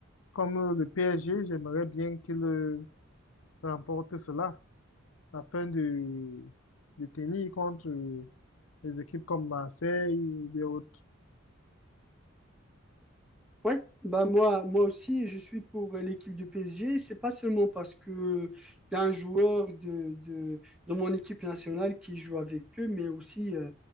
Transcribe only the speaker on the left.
Comme euh, le PSG, j'aimerais bien qu'il euh, remporte cela afin de, de tenir contre euh, les équipes comme Marseille ou des autres